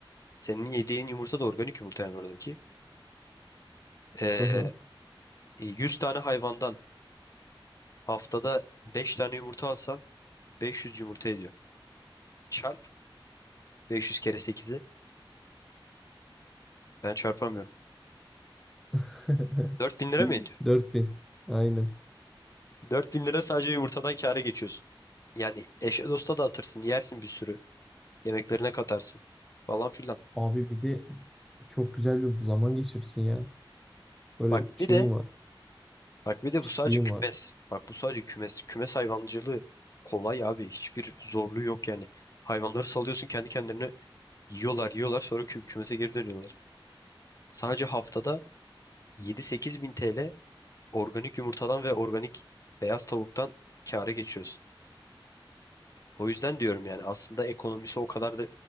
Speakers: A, on the left; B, in the centre.
A: Senin yediğin yumurta da organik yumurta yani oradaki. Ee,
B: Hı hı.
A: 100 tane hayvandan haftada 5 tane yumurta alsan 500 yumurta ediyor. Çarp 500 kere sekizi. Ben çarpamıyorum.
B: <laughs>
A: 4000 lira mı ediyor?
B: 4000. Aynen.
A: 4000 lira sadece yumurtadan kâra geçiyorsun. Yani eşe dosta dağıtırsın, yersin bir sürü. Yemeklerine katarsın falan filan.
B: Abi bir de çok güzel bir zaman geçirsin ya. Böyle
A: Bak
B: şeyin
A: bir de
B: var.
A: Bak bir de
B: Çiftliğin
A: bu sadece kümes.
B: var.
A: Bak bu sadece kümes. Kümes hayvancılığı kolay abi. Hiçbir zorluğu yok yani. Hayvanları salıyorsun kendi kendilerine yiyorlar yiyorlar sonra kü- kümese geri dönüyorlar. Sadece haftada 7-8 bin TL organik yumurtadan ve organik beyaz tavuktan kâra geçiyorsun. O yüzden diyorum yani aslında ekonomisi o kadar da